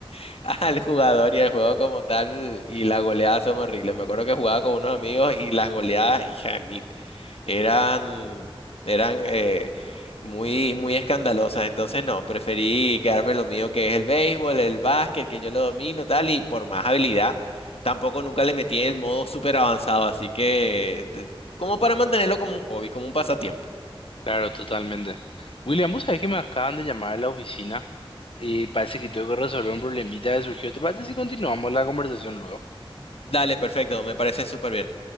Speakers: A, on the left (about 80°); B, on the left (about 65°).
A: <laughs> al jugador y al juego como tal, y las goleadas son horribles. Me acuerdo que jugaba con unos amigos y las goleadas, hija de mil, eran, eran eh, muy, muy escandalosas. Entonces, no, preferí quedarme en lo mío, que es el béisbol, el básquet, que yo lo domino, tal, y por más habilidad, tampoco nunca le metí el modo súper avanzado, así que, te- como para mantenerlo como un hobby, como un pasatiempo.
B: Claro, totalmente. William, vos sabés que me acaban de llamar a la oficina y parece que tengo que resolver un problemita que surgió. ¿Te parece si continuamos la conversación luego?
A: Dale, perfecto, me parece súper bien.